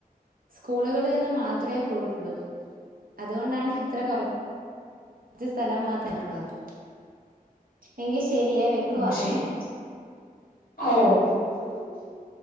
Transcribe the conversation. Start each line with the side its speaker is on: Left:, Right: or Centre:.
Right: സ്കൂളുകളിൽ നിന്ന് മാത്രെ പോയിട്ടുള്ളൂ. അതുകൊണ്ടാണ് ഇത്ര കൊറ - കുറ സ്ഥലം മാത്രുള്ളത്. എങ്കിൽ ശരിയേ വെക്കുവാന്നേ.
Left: ഓ ശരി ഓ
Right: ഉം ശരി